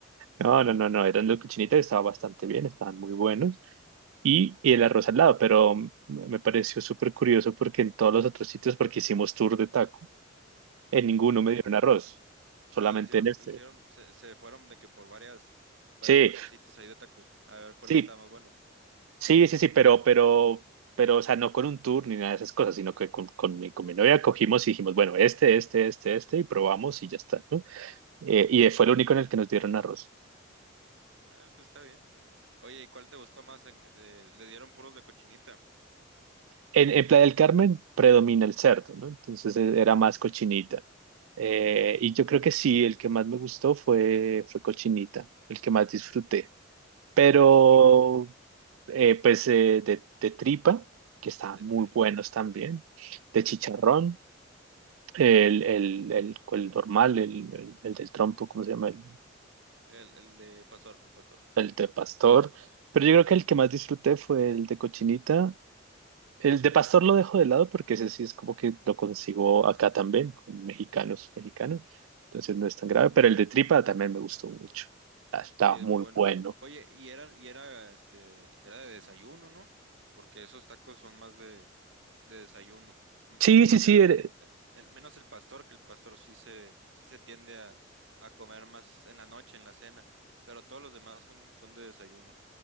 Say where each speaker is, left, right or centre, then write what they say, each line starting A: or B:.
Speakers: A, on the right (about 85°); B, on the right (about 65°).
A: No, no, no, no, eran los cochinitas, estaban bastante bien, estaban muy buenos. y, y el arroz al lado, pero me pareció súper curioso porque en todos los otros sitios, porque hicimos tour de taco, en ninguno
B: Tour de taco.
A: me dieron arroz, solamente
B: Ah, hicieron,
A: en este.
B: hicieron, se, se fueron de que por varias, varios
A: Sí,
B: puestecitos ahí de tacos, a ver cuál
A: sí,
B: estaba más bueno.
A: sí, sí, sí, pero, pero, pero, o sea, no con un tour ni nada de esas cosas, sino que con, con mi, con mi novia cogimos y dijimos, bueno, este, este, este, este, y probamos y ya está, ¿no? Eh, y fue el único en el que nos dieron arroz.
B: Ah, pues está bien. Oye, ¿y cuál te gustó más? en- de- le dieron puros de cochinita.
A: En, en Playa del Carmen predomina el cerdo, ¿no? Entonces e- era más cochinita. Eh, y yo creo que sí, el que más me gustó fue, fue cochinita, el que más disfruté. Pero,
B: ¿Cuáles otros probaste?
A: eh, pues, eh, de, de tripa, que estaban
B: De trip,
A: muy buenos también,
B: ok.
A: de chicharrón, el, el, el, el normal, el, el, el del trompo, ¿cómo se llama? El,
B: El, el de pastor, el pastor.
A: el de pastor. Pero yo creo que el que más disfruté fue el de cochinita El de pastor lo dejo de lado porque ese sí es como que lo consigo acá también, con mexicanos, mexicanos. Entonces no es tan grave, pero el de tripa también me gustó mucho. Ah, Estaba
B: Sí, es
A: muy
B: muy bueno.
A: bueno.
B: Oye, y eran, y era, este, era de desayuno, ¿no? Porque esos tacos son más de, de desayuno. M-
A: Sí,
B: Menos
A: sí, sí,
B: el,
A: er-
B: el- menos el pastor, que el pastor sí se, sí se tiende a, a comer más en la noche, en la cena. Pero todos los demás son, son de desayuno.